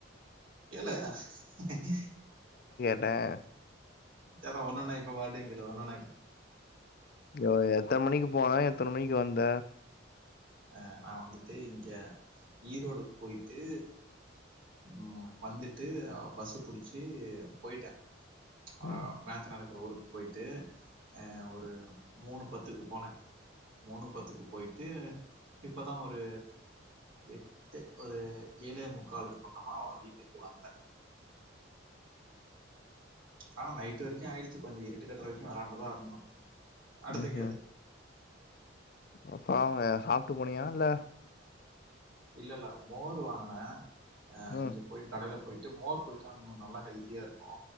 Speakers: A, on the right (about 90°); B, on the left (about 50°).
A: கேளே ஹேஹஹஸ். ஹஹேஹீ.
B: <unintelligible>
A: சதான் ஒன்னன்னா இப்ப மறுபடியும் கேளு ஒன்னன்னா கேள்
B: ய எத்தன மணிக்கு போனா எத்தன மணிக்கு வந்த
A: ஹ் நான் வந்துட்டு இங்க ஈரோடுக்கு போயிட்டு உஹம் வந்துட்டுபஸ் புடிச்சு போயிட்டேன் ஆஹ்
B: ம்
A: மேச்சு நட ரஊருக்கு போயிட்டு அஹ் ஒரு மூணு பத்துக்கு போனேன் மூணு பத்துக்கு போயிட்டு இப்பதான் ஒரு எட்டு ஒரு ஏழே முக்காளுக்கு பக்கமா அவ வீட்டுக்கு வந்தனே ஆனா நைட்டு வரைக்கும் ஆயிடுச்சு கொஞ்சம் இருட்டுக்கட்டுற வரைக்கும் விளாண்டுதா இருந்தோம் அடுத்து
B: ம்ஹ்ம்
A: கேளு
B: அப்பா அங்கசாப்ட்டு போனியா இல்ல
A: இல்ல இல்ல மோர் வாங்கனே ஆ இங்க
B: ம்
A: போயிட்டு கடல போ போயிட்டு மோர் குடிச்சா இன்னு நல்லா ஹெல்தியா இருக்கு